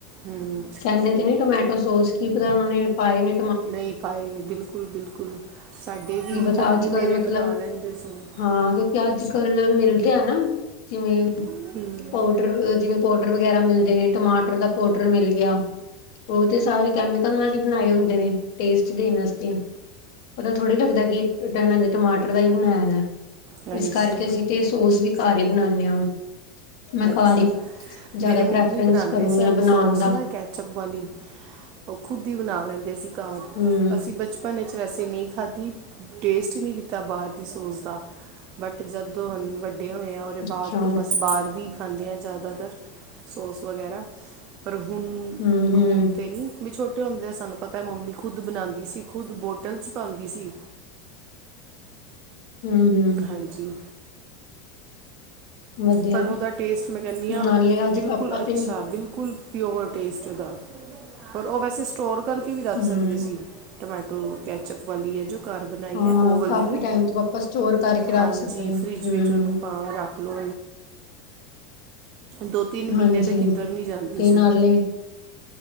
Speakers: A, on the right; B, on the left.
A: ਹੂੰ
B: ਕਹਿੰਦੇ ਤੇ ਨਹੀਂ ਟਮੈਟੋ ਸੋਸ। ਕੀ ਪਤਾ ਉਹਨਾਂ ਨੇ ਪਾਏ ਨੇ।
A: ਨਹੀਂ ਪਾਏ ਬਿਲਕੁਲ ਬਿਲਕੁਲ ਸਾਡੇ ਵੀ
B: ਕੀ ਪਤਾ
A: ਮੰਮੀ
B: ਅੱਜ
A: ਮੇਰੇ
B: ਕੱਲ ਮਤਲਬ
A: ਬਣਾ ਲੈਂਦੇ ਸਨ।
B: ਹਾਂ ਕਿਉਂਕਿ ਅੱਜ ਕੱਲ ਮਿਲਦੇ ਆ ਨਾ ਜਿਵੇਂ।
A: ਹਮ।
B: ਪਾਊਡਰ ਜਿਵੇਂ ਪਾਊਡਰ ਵਗੈਰਾ ਮਿਲਦੇ ਨੇ ਟਮਾਟਰ ਦਾ ਪਾਊਡਰ ਮਿਲ ਗਿਆ। ਉਹ ਤੇ ਸਾਰੇ ਕੈਮੀਕਲ ਨਾਲ ਹੀ ਬਣਾਏ ਹੁੰਦੇ ਨੇ ਟੇਸਟ ਦੇਣ ਵਾਸਤੇ। ਪਤਾ ਥੋੜ੍ਹੀ ਲੱਗਦਾ ਇਹਨਾਂ ਨੇ ਟਮਾਟਰ ਦਾ ਹੀ ਬਣਾਇਆ ਜਾ
A: ਹਾਂਜੀ
B: ਇਸ ਕਰਕੇ ਅਸੀਂ ਤੇ ਸੋਸ ਵੀ ਘਰ ਹੀ ਬਣਾਨੇ ਹਾਂ। ਮੈਂ
A: ਅੱਛਾ।
B: ਘਰ ਹੀ ਜ਼ਿਆਦਾ
A: ਮੇਰੇ ਮੰਮੀ
B: ਪ੍ਰੈਫਰੈਂਸ
A: ਬਣਾਉਂਦੇ
B: ਕਰਨੀ
A: ਸਨ
B: ਆ ਬਣਾਉਣ
A: ਸੋਸ
B: ਦਾ
A: ਨਾ ਕੇ ਚਾਪ ਵਾਲੀ ਉਹ ਖੁਦ ਹੀ ਬਣਾ ਲਹਿੰਦੇ ਸੀ।
B: ਹਮ
A: ਅਸੀਂ ਬਚਪਨ ਵਿੱਚ ਵੈਸੇ ਨਹੀਂ ਖਾਧੀ ਟੇਸਟ ਹੀ ਨਹੀਂ ਕੀਤਾ ਬਾਹਰ ਦੀ ਸੋਸ ਦਾ ਬਟ ਜਦੋਂ ਹਨ ਵੱਡ ਹੋਏ ਆ ਉਹਦੇ ਬਾਅਦ
B: ਅੱਛਾ
A: ਤੋਂ ਬਸ ਬਾਹਰ ਵੀ ਖਾਂਦੇ ਆ ਜਿਆਦਾਤਰ ਸੋਸ ਵਗੈਰਾ ਪਰ ਹੁਣ
B: ਹਮ ਹਮ
A: ਹੁਣ ਤੇ ਨਹੀਂ ਵੀ ਛੋਟੇ ਹੁੰਦੇ ਆ ਸਾਨੂੰ ਪਤਾ ਹੈ ਮੰਮੀ ਖੁਦ ਬਣਾਉਂਦੀ ਸੀ ਖੁਦ ਬੋਟਲ 'ਚ ਪਾਉਂਦੀ ਸੀ।
B: ਹਮ। ਹਮ
A: ਹਾਂਜੀ।
B: ਵਧੀਆ
A: ਪਰ
B: ਹੈ
A: ਉਹਦਾ ਟੇਸਟ ਮੈਂ ਕਹਿੰਦੀ ਹਾਂ
B: ਨਾਲੇ ਅੱਜ
A: ਬਿਲਕੁਲ
B: ਆਪਾਂ
A: ਅੱਛਾ
B: ਤੇ
A: ਬਿਲਕੁਲ ਪਿਓਰ ਟੇਸਟ ਉਹਦਾ ਪਰ ਉਹ ਵੈਸੇ ਸਟੋਰ ਕਰਕੇ ਵੀ ਰੱਖ
B: ਹਮ
A: ਸਕਦੇ ਸੀ। ਟਮੈਟੋ ਕੈਚਅਪ ਵਾਲੀ ਹੈ ਜੋ! ਘਰ ਬਣਾਈ
B: ਹਾਂ
A: ਹੈ ਉਹ ਵਾਲੀ
B: ਕਾਫੀ
A: ਨੂੰ
B: ਟਾਈਮ ਤੋਂ ਆਪਾਂ ਸਟੋਰ ਕਰਕੇ ਰੱਖ
A: ਹਾਂਜੀ
B: ਸਕਦੇ ਹਾਂ
A: ਫਰਿੱਜ
B: ਹਮ
A: ਵਿੱਚ ਉਹਨੂੰ ਭਾ ਰੱਖ। ਲੋ ਦੋ ਤਿੰਨ ਮਹੀਨੇ
B: ਹਾਂਜੀ
A: ਤੇ ਕਿੱਧਰ ਨੀ ਜਾਂਦੀ
B: ਤੇ
A: ਸੀ।
B: ਨਾਲੇ